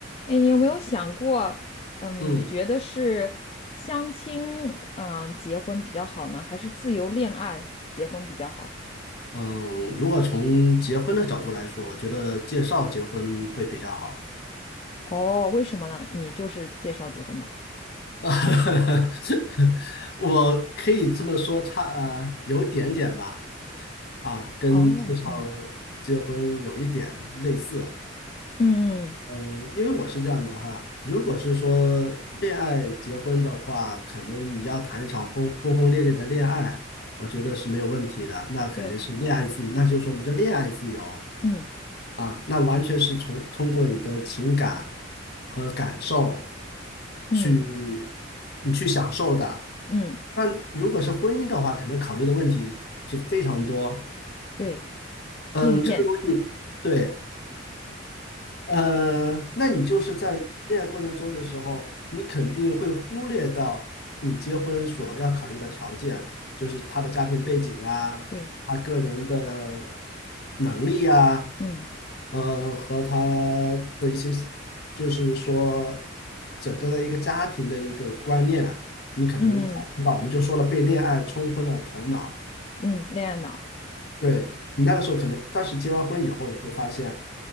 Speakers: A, on the left; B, on the left.
A: 哎，你有没有想过，嗯，
B: 嗯
A: 你觉得是相亲，嗯，结婚比较好呢，还是自由恋爱结婚比较好？
B: 嗯，如果从结婚的角度来说，我觉得介绍结婚会比较好。
A: 哦，为什么呢？你就是介绍结婚的。
B: <laughs> 我可以这么说，差呃有点点吧，啊，跟介绍
A: 哦，嗯
B: 结婚有一点类似。
A: 嗯，嗯，
B: 嗯，因为我是这样的哈，如果是说恋爱结婚的话，可能你要谈一场轰轰轰烈烈的恋爱，我觉得是没有问题的。那肯定是恋爱自由，
A: 对，
B: 那就是说我们叫恋爱自由
A: 嗯
B: 啊，那完全是从通过你的情感和感受
A: 嗯
B: 去你去享受的。
A: 嗯，
B: 但如果是婚姻的话，肯定考虑的问题是非常多。
A: 对，
B: 嗯，
A: 硬件，
B: 这个东西，对。呃，那你就是在恋爱过程中的时候，你肯定会忽略到你结婚所要考虑的条件，就是他的家庭背景啊，
A: 对，
B: 他个人的能力啊，
A: 嗯
B: 呃，和他的一些，就是说整个的一个家庭的一个观念啊，你可能考虑不到。
A: 嗯
B: 我们就说了，被恋爱冲昏了头脑。
A: 嗯，恋爱脑，
B: 对，你那个时候可能，但是结完婚以后，你会发现，